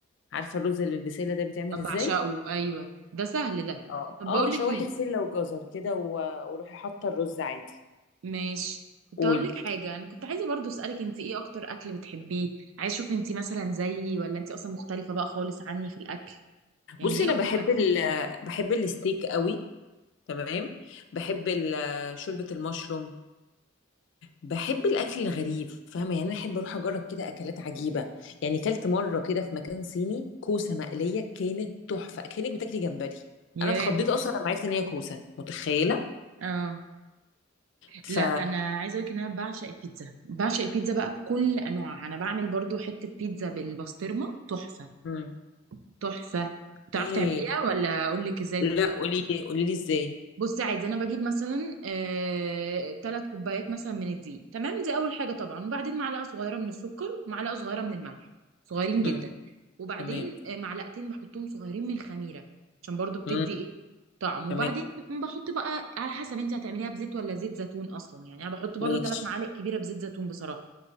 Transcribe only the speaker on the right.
بعشقه أيوه ده سهل ده
طب
بقولك
ايه
ماشي كنت
هقول لك حاجة أنا كنت عايزة برضو أسألك أنت إيه أكتر أكل بتحبيه عايز أشوف أنت مثلا زيي ولا أنت أصلا مختلفة بقى خالص عني في الأكل يعني
ايه
اكتر
اكل
ياه
اه
لا انا عايزه اقول لك ان انا بعشق البيتزا بعشق البيتزا بقى بكل انواعها انا بعمل برضو حته بيتزا بالبسطرمه تحفه
تحفه تعرف
تعمليها ولا اقول لك ازاي
بصي عادي انا بجيب مثلا آه، تلات كوبايات مثلا من الدقيق تمام دي اول حاجه طبعا وبعدين معلقه صغيره من السكر ومعلقه صغيره من الملح صغيرين جدا
وبعدين
آه، معلقتين بحطهم صغيرين من الخميره عشان برضو بتدي
ايه طعم وبعدين
بحط بقى على حسب انت هتعمليها بزيت ولا زيت زيتون اصلا يعني انا بحط برضو
تلات معالق كبيره بزيت زيتون بصراحه